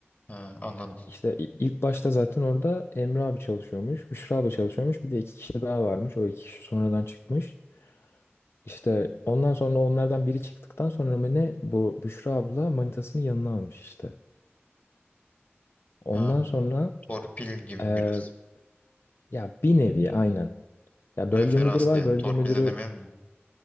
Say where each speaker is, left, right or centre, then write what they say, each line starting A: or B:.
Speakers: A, on the left (about 40°); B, on the left (about 65°).
A: Ha, anladım.
B: İşte i- ilk başta zaten orada Emre abi çalışıyormuş, Büşra abla çalışıyormuş. Bir de iki kişi daha varmış. O iki kişi sonradan çıkmış. İşte ondan sonra onlardan biri çıktıktan sonra mı ne bu Büşra abla manitasını yanına almış işte. Ondan
A: Ha,
B: sonra
A: torpil gibi
B: e,
A: biraz.
B: ya bir nevi aynen. Ya
A: Referans
B: bölge müdürü var.
A: diyelim.
B: Bölge
A: Torpil
B: müdürü
A: de demeyelim de.